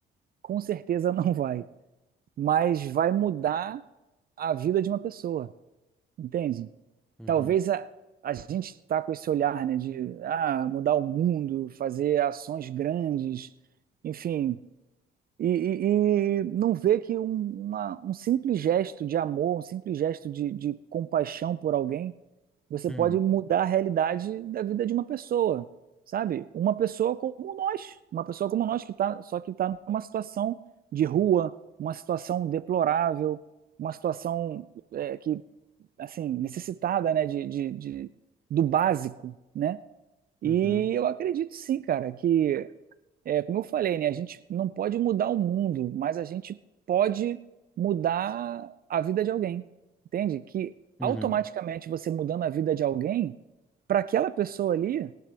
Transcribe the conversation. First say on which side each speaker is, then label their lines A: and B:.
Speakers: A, on the right (about 50°); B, in the centre.
A: com certeza não vai, mas vai mudar a vida de uma pessoa, entende?
B: Uhum.
A: Talvez a, a gente está com esse olhar, né, de ah, mudar o mundo, fazer ações grandes, enfim, e, e- e não vê que um, uma- um simples gesto de amor, um simples gesto de, de compaixão por alguém você
B: Hum,
A: pode mudar a realidade da vida de uma pessoa, sabe? Uma pessoa como nós, uma pessoa como nós que tá, só que está numa situação de rua, uma situação deplorável, uma situação é, que, assim, necessitada, né, de, de, de- do básico, né? E
B: Uhum.
A: eu acredito sim, cara, que é, como eu falei, né? A gente não pode mudar o mundo, mas a gente pode mudar a vida de alguém. Entende? Que
B: Uhum.
A: automaticamente você mudando a vida de alguém, para aquela pessoa ali,